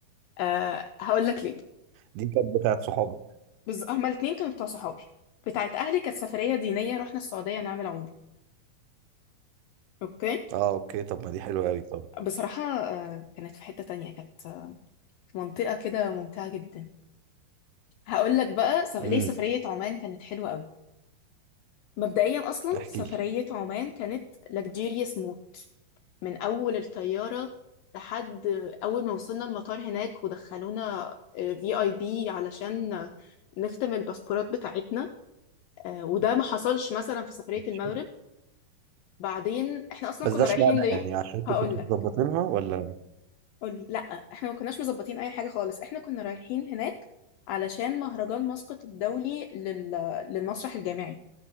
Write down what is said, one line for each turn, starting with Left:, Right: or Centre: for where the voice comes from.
Left: أه هقول لك ليه
Right: دي كانت بتاعت صحابك
Left: بز... هما الاتنين كانوا بتوع صحابي بتاعت أهلي كانت سفرية دينية رحنا السعودية نعمل عمرة أوكي
Right: اه اوكي طب ما دي حلوه قوي طب
Left: بصراحة آه، كانت في حتة تانية كانت آه، في منطقة كده ممتعة جدا هقول لك بقى سف... ليه
Right: امم
Left: سفرية عمان كانت حلوة قوي مبدئيا أصلا
Right: احكي
Left: سفرية
Right: لي
Left: عمان كانت لكجيريوس موت من أول الطيارة لحد أول ما وصلنا المطار هناك ودخلونا في اي بي علشان نختم الباسبورات بتاعتنا آه، وده ما حصلش مثلا في سفرية
Right: ماشي.
Left: المغرب بعدين احنا اصلا
Right: بس
Left: كنا
Right: ده اشمعنى
Left: رايحين ليه
Right: يعني عشان انتوا
Left: هقول
Right: كنتوا
Left: لك
Right: مظبطينها ولا
Left: قولي لا احنا ما كناش مظبطين اي حاجه خالص احنا كنا رايحين هناك علشان مهرجان مسقط الدولي لل... للمسرح الجامعي